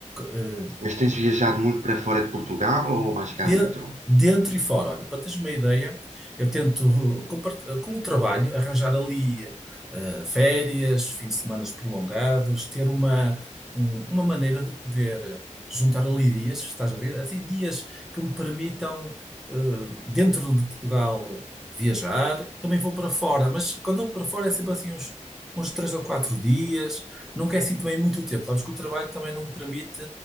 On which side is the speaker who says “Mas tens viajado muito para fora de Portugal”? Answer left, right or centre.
Right